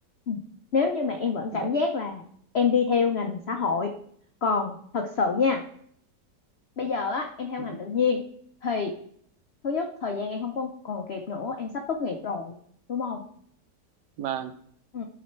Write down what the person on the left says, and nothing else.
Ừ. nếu như mà em vẫn cảm
giác là em đi theo ngành xã hội còn thật sự nha bây giờ á em theo
ngành tự nhiên thì thứ nhất thời gian em không còn còn kịp nữa em sắp tốt nghiệp rồi đúng không
ừ.